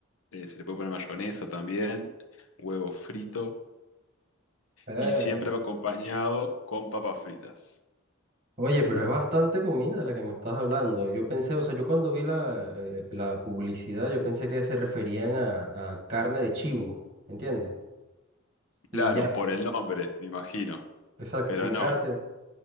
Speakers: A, on the left; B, on the right.
A: eh, se le puede poner mayonesa también, huevo frito
B: Eh,
A: y siempre va acompañado con papas fritas.
B: Oye, pero es bastante comida la que me estás hablando. Yo pensé, o sea, yo cuando vi la, eh, la publicidad, yo pensé que se referían a, a carne de chivo, ¿entiendes? Y
A: Claro,
B: ya,
A: por el nombre, me imagino,
B: exacto,
A: pero
B: como
A: no,
B: cágate.